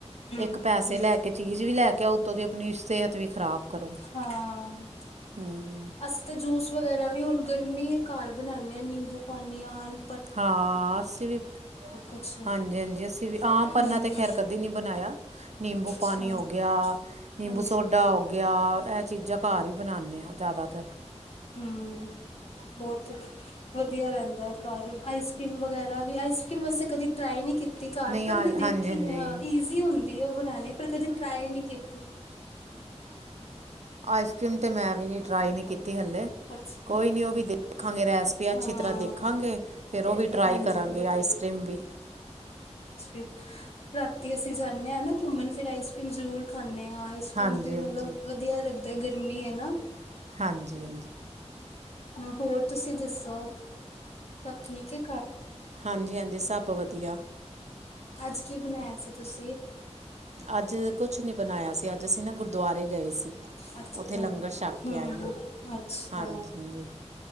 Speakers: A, on the left; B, on the right.
A: ਹੂੰ
B: ਇੱਕ ਪੈਸੇ ਲੈ ਕੇ ਚੀਜ਼ ਵੀ ਲੈ ਕੇ ਆ ਉੱਤੋਂ ਦੀ ਆਪਣੀ ਸਿਹਤ ਵੀ ਖ਼ਰਾਬ ਕਰੋ
A: ਹਾਂ
B: ਹਮ
A: ਅਸੀ ਤਾਂ ਜੂਸ ਵਗੈਰਾ ਵੀ ਹੁਣ ਗਰਮੀ ਘਰ ਬਣਾਉਂਦੇ ਹਾਂ ਨਿੰਬੂ ਪਾਣੀ ਆਉਣ
B: ਹਾਂ ਅਸੀਂ ਵੀ
A: ਕੁਛ
B: ਹਾਂਜੀ ਹਾਂਜੀ ਅਸੀਂ ਵੀ ਆਮ
A: ਹੂੰ
B: ਪੰਨਾ ਤੇ ਖੈਰ ਕਦੀ ਨੀ ਬਣਾਇਆ ਨਿੰਬੂ
A: ਅੱਛਾ
B: ਪਾਣੀ ਹੋਗ ਗਿਆ ਨਿੰਬੂ
A: ਹਾਂਜੀ
B: ਸੋਡਾ ਹੋਗ ਇਹ ਚੀਜ਼ਾਂ ਘਰ ਹੀ ਬਣਾਉਂਦੇ ਹਾਂ ਜ਼ਿਆਦਾ ੱਤਰ
A: ਹਮ ਬਹੁਤ ਵਧੀਆ ਰਹਿੰਦਾ ਹੈ ਘਰ ਆਈਸ ਕਰ੍ਰੀਮ ਵਗੈਰਾ ਵੀ ਆਈਸ ਕਰ੍ਰੀਮ ਵੈਸੇ ਕਦੀ ਟਰਾਈ ਨੀ ਕੀਤੀ ਘ
B: ਨਹੀਂ
A: ਪਰ
B: ਆ
A: ਮੈਂ ਦੇਖੀ
B: ਹਾਂਜੀ ਹਾਂਜੀ
A: ਹਾਂ ਈਜ਼ੀ ਹੁੰਦੀ ਆ ਉਹ ਬਣਾਣੇ ਪਰ ਕਦੇ ਟਰਾਈ ਨਹੀਂੀ ਕੀਤੀ
B: ਆਈਸਕ੍ਰੀਮ ਤੇ ਮੈਂ ਵੀ ਨਹੀਂ ਟਰਾਈ ਨਹੀਂ ਕੀਤੀ ਹੱਲੇ
A: ਅੱਛਾ
B: ਕੋਈ ਨੀ ਉਹ ਵੀ ਦੇ ਦੇਖਾਂਗੇ ਰੈਸਪੀ ਅੱਛੀ
A: ਹਾਂ
B: ਤਰ੍ਹਾਂ ਦੇਖਾਂਗੇ ਫਿਰ ਉਹ ਵੀ ਟਰਾਈ
A: ਹਾਂਜੀ
B: ਕਰਾਂਗੇ ਆਈਸ ਕਰ੍ਰੀਮ ਵੀ
A: ੀਮ ਰਾਤੀ ਅਸੀਂ ਜਾਂਦੇ ਹਾਂ ਨਾ ਘੁੰਮਣ ਫਿਰ ਆਈਸ ਕ੍ਰੀਮ ਜ਼ਰੂਰ ਖਾਂਦੇ ਹਾਂ ਆਈਸਕ੍ਰੀਮ
B: ਹਾਂਜੀ
A: ਜ
B: ਹਾਂਜੀ
A: ਮਤਲਬ ਵਧੀਆ ਲੱਗ ਗਰਮੀ ਹੈ ਨਾ
B: ਹਾਂਜੀ
A: ਹਾਂ ਹੋਰ ਤੁਸੀਂ ਦੱਸੋ ਠੀਕ ਏ?
B: ਹਾਂਜੀ-ਹਾਂਜੀ ਸਭ ਵਧੀਆ
A: ਅੱਜ ਕੀ ਬਣਾਇਆ ਸੀ ਤੁਸੀਂ?
B: ਅੱਜ ਕੁਛ ਨੀ ਬਣਾਇਆ ਸੀ ਅੱਜ ਅਸੀਂ ਨਾ ਗੁਰ ਦੁਆਰੇ ਗਏ ਸੀ
A: ਅੱਛਾ
B: ਉੱਥੇ ਲੰਗਰ ਛਕ
A: ਹਮ
B: ਕੇ ਆਏ ਹ
A: ਅੱਛਾ
B: ਹਾਂਜੀ